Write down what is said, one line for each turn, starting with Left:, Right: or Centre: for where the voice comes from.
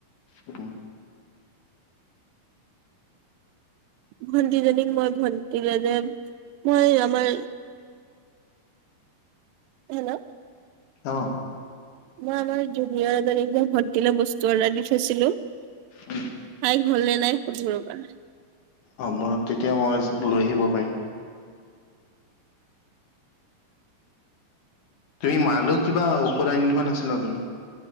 Left: অ'।
Right: ভণ্টিজনীক মই ভণ্টীলে যে মই আমাৰ হেল্ল'?
Left: অ'।
Right: মই আমাৰ জুনিয়ৰ এজনীক যে ভণ্টিলে বস্তু অৰ্ডাৰ দি থৈছিলোঁ। তাইৰ
Left: উম।
Right: হ'ল নে নাই, সোধো ৰবা।
Left: অ' মই- তেতিয়া মই লৈ আহিব পাৰিম। তুমি মালৈও কিবা ঔষধ আনি থোৱা নাছিলা জানো?